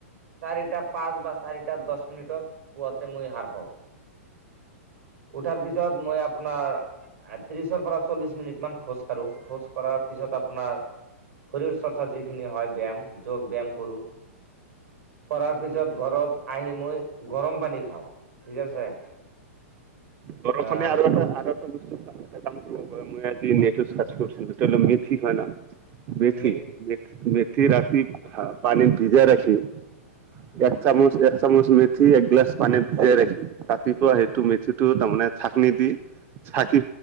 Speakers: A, on the right; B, on the right.
A: চাৰিটা পাঁচ বা চাৰি। দহ মিনিটত পুৱাতে মই সাৰ পাওঁ। উঠাৰ পিছত মই আপোনাৰ ত্ৰিশৰ পৰা চল্লিশ মিনিট মান খোজ। কাঢ়ো, খোজ কঢ়াৰ পিছত আপোনাৰ। শৰীৰ চৰ্চা যিখিনি হয় ব্যায়াম, যোগ ব্যায়াম কৰো। কৰাৰ পিছত ঘৰত। আহি মই গৰম পানী খাওঁ, ঠিক আছে।
B: গৰম
A: আহ
B: পানী আৰু এটা আৰু। <unintelligible> এটা কাম কৰিব পাৰে মই আজি নেটট ৰ্চাচ কৰিছিলো <unintelligible> মেথি হয় না। মেথি,
A: মে
B: মেথি ৰাতি পানিত ভিজাই ৰাখি। এক চামুচ, এক চামুচ মেথি একগিলাচ পানীত ভিজাই ৰাখি, ৰাতিপুৱা সেইটো মেথিত। টো তাৰমানে চাকনি দি চাকি।